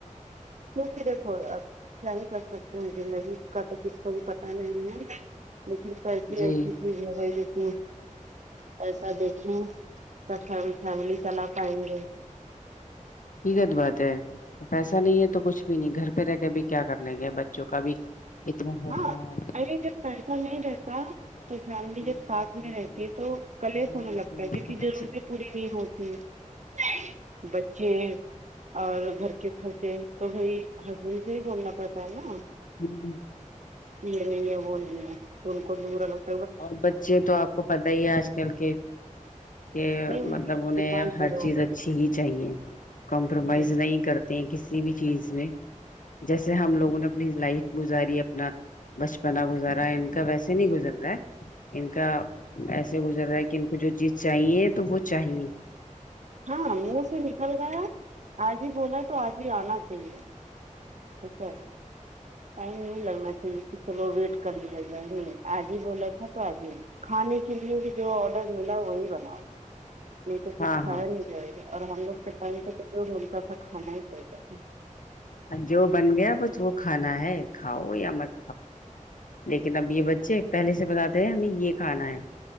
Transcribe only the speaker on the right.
کیونکہ دیکھو اب کیا ہی کر سکتے ہیں زندگی کا کسی کو بھی پتا نہیں ہے لیکن پیسے
ایسی چیز ہوگئی ہے کہ پیسہ دیکھیں سب فیملی فیملی چلا پائیں گے
ہاں
ارے جب پیسہ نہیں
رہتا
تو فیملی
جب ساتھ
میں
رہتی تو کل یچ
ہونے لگتا
ہے کیونکہ ضرورتیں
پوری نہیں ہوتی سے بچے اور گھر کے خرچے تو بھائی ہسبینڈ سے ہی بولنا پڑتا ہے نا
یہ نہیں ہے وہ نہیں ہے ان کو دور الگ
بھائی ان
کی
ڈیمانڈ پورا
ہونا
چاہیے۔
ہاں منہ سے نکل گیا آج ہی بولا تو آج ہی آنا چاہیے اچھا ٹائم نہیں لگنا چاہیے کہ چلو ویٹ کر لیا جائے نہی آج ہی بولا تھا تو آج ہی کھانے کے لیے بھی جو آڈر ملا وہی بناؤ نہیں تو پھر
کھایا
نہیں جائے گا اور ہم لوگ کہ ٹائم تو جو ملتا تھا کھانا ہی پڑتا تھا